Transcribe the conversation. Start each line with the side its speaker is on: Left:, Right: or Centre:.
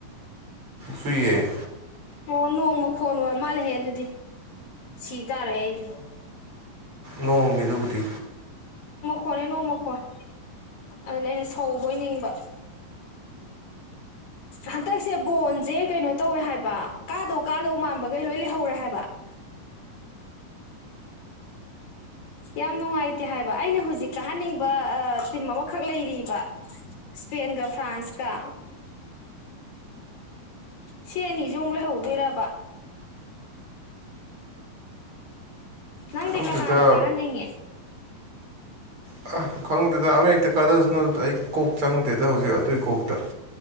Right: ꯁꯨꯏꯌꯦ
Left: ꯑꯣ ꯅꯣꯡꯃ ꯈꯣꯟ ꯑꯣꯏ ꯃꯥꯜꯂꯦꯍꯦ ꯑꯗꯨꯗꯤ ꯁꯤ ꯇꯥꯔꯦ ꯑꯩꯗꯤ
Right: ꯅꯣꯡꯅꯦ ꯑꯗꯨꯕꯗꯤ
Left: ꯍꯣꯟꯅꯦ ꯅꯣꯡ ꯃꯈꯣꯟ ꯑꯗꯨꯅ ꯑꯩꯅ ꯁꯧꯕꯣꯏ ꯅꯤꯡꯕ ꯍꯟꯗꯛꯁꯦ ꯕꯣꯟꯁꯦ ꯀꯩꯅꯣ ꯇꯧꯋꯦ ꯍꯥꯏꯕ ꯀꯥꯗꯧ ꯀꯥꯗꯧ ꯃꯥꯟꯕꯈꯩ ꯂꯣꯏ ꯂꯩꯍꯧꯔꯦ ꯍꯥꯏꯕ <inaudible> ꯌꯥꯝ ꯅꯨꯡꯉꯥꯏꯇꯦ ꯍꯥꯏꯕ ꯑꯩꯅ ꯍꯧꯖꯤꯛ ꯀꯥꯍꯟꯅꯤꯡꯕ ꯇꯤꯝ ꯑꯃꯈꯛ ꯂꯩꯔꯤꯕ ꯏꯁꯄꯦꯟ ꯀ ꯐ꯭ꯔꯥꯟꯁ ꯀ ꯁꯤ ꯑꯅꯤꯁꯤ ꯃꯨꯛ ꯂꯩꯍꯧꯗꯣꯏꯔꯕ ꯅꯪꯗꯤ
Right: ꯈꯪꯗꯦꯗ
Left: ꯀꯅꯥꯗ ꯀꯥꯍꯟꯅꯤꯡꯉꯦ
Right: ꯑ ꯈꯪꯗꯦꯗ ꯑꯃ ꯍꯦꯛꯇ ꯀꯥꯖꯁꯅꯨꯗ ꯑ ꯑꯩ ꯀꯣꯛ ꯆꯪꯗꯦꯗ ꯍꯧꯖꯤꯛ ꯑꯗꯨꯏ ꯀꯣꯛꯇ